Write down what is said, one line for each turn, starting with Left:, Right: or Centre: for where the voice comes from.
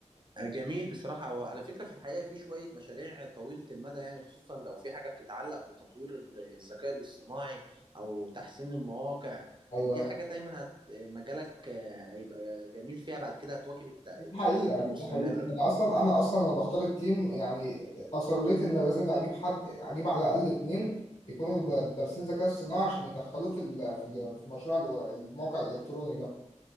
Right: جميل بصراحة هو على فكرة في الحقيقة في شوية مشاريع طويلة المدى يعني خصوصا لو في حاجة بتتعلق بتطوير الذكاء الاصطناعي أو تحسين المواقع
Left: ايوه
Right: يعني دي حاجة دايما هت... مجالك آه، هيبقى جميل فيها بعد كده هتواكب الت- التحديثات
Left: دي حقيقة
Right: المستمرة
Left: دي حقيقة أنا أصلا أنا أصلا أنا بختار التيم يعني أصريت إن لازم أجيب حد أجيب على الأقل اتنين يكونوا ب- دارسين ذكاء اصطناعي عشان يدخلوه في ال- في ال- في مشروع ال- الموقع الإلكتروني ده